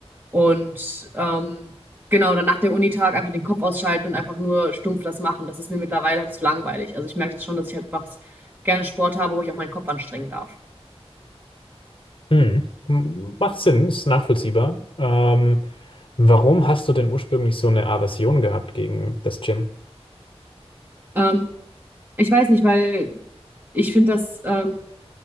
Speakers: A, on the right; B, on the left.
A: Und ähm, Genau, dann nach der Unitag einfach den Kopf ausschalten und einfach nur stumpf das machen. Das ist mir mittlerweile halt zu langweilig. Also ich merke das schon, dass ich halt was gerne Sport habe, wo ich auch meinen Kopf anstrengen darf.
B: Hm. M- Macht Sinn, ist nachvollziehbar. Ähm, warum hast du denn ursprünglich so eine Aversion gehabt gegen das Gym?
A: Ähm, ich weiß nicht, weil ich finde das ähm,